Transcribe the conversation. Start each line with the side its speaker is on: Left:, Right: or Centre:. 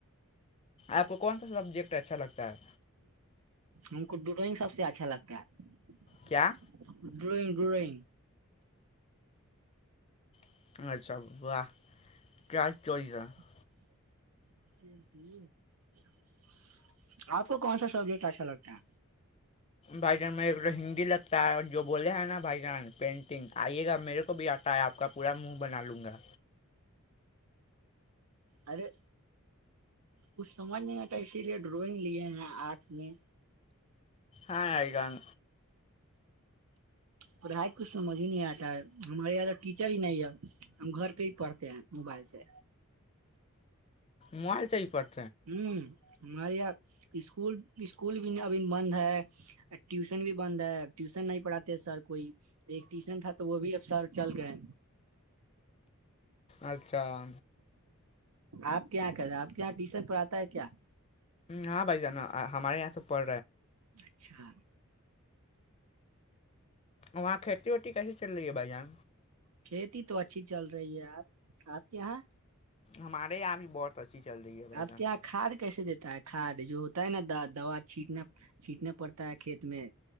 Left: آپ کو کون سا سبجیکٹ اچھا لگتا ہے
Right: ان کو ڈ ڈرائنگ سب سے اچھا لگتا ہے
Left: کیا
Right: ڈرئگ دورن
Left: <unintelligible>
Right: <unintelligible>
Left: چوائس ہے
Right: <unintelligible> آپ کو کون سا سبجیکٹ اچھا لگتا ہے
Left: بھائی جان میں ہندی لگتا ہے اور جو بولے ہیں نا بھائی جان پینٹنگ آئیے گا میرے کو بھی آ آپ کا پورا منہ بنا لوں گا
Right: ارے کچھ سمجھ نہیں آتا اسی لیے ڈرائنگ لیے ہیں آرٹ میں
Left: ہ آئی گاان
Right: پڑھائی کچھ سمجھ ہی نہیں آتا ہے ہمارے یہاں تو ٹیچر ہی نہیں ہے ہم گھر پہ ہی پڑھتے ہیں موبائل سے
Left: موائل چاہ ہی پڑتا
Right: ہوں ہمارے یہاں اسکول اسکول بھی ابھی بند ہے ٹیوشن بھی بند ہے ٹیوشن نہیں پڑھاتے سر کوئی تو ایک ٹیوشن تھا تو وہ بھی اب سر چل گئے
Left: اچھا ہا
Right: آپ کیا کریں آپ کیا ٹی شرٹ آتا ہے کیا
Left: ہاں بھائی جانا ہمارے یہاں تو اوپر
Right: اچھا
Left: وہاں کھیتی واٹی کیسے چل رہی ہے بھائی یہاں
Right: کھیتی تو اچھی چل رہی ہے آپ آپ کے یہاں
Left: ہمارے یہاں بھی بہت اچھی چلتی ہے بھائی
Right: آپ
Left: جان
Right: کے یہاں کھاد کیسے دیتے تا کھاد جو ہوتا ہے نا دوا چٹنا چھینٹنا پڑتا ہے کھیت میں